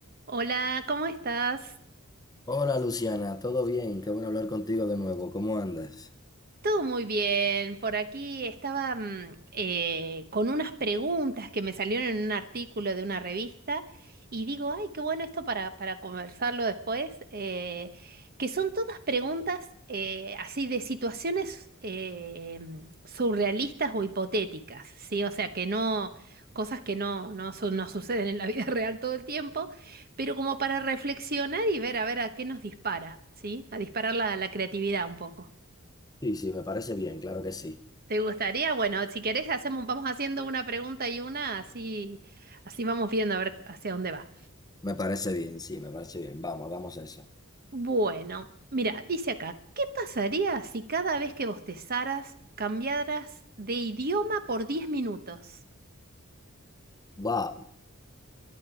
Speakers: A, on the right; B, on the left.
A: Hola, ¿cómo estás?
B: Hola Luciana, ¿todo bien? Qué bueno hablar contigo de nuevo. ¿Cómo andas?
A: Todo muy bien. Por aquí estaba mm, eh, con unas preguntas que me salieron en un artículo de una revista y digo, ay, qué bueno esto para, para conversarlo después, eh, que son todas preguntas eh, así de situaciones eh, surrealistas o hipotéticas, ¿sí? O sea, que no, cosas que no, no, su- no suceden en la vida <laughs> real todo el tiempo, pero como para reflexionar y ver a ver a qué nos dispara, ¿sí? A disparar la la creatividad un poco.
B: Sí, sí, me parece bien, claro que sí.
A: ¿Te gustaría? Bueno, si querés hacemos, vamos haciendo una pregunta y una, así, así vamos viendo a ver hacia dónde va.
B: Me parece bien, sí, me parece bien. Vamos, hagamos eso.
A: Bueno, mira, dice acá, ¿qué pasaría si cada vez que bostezaras cambiaras de idioma por diez minutos?
B: Wow,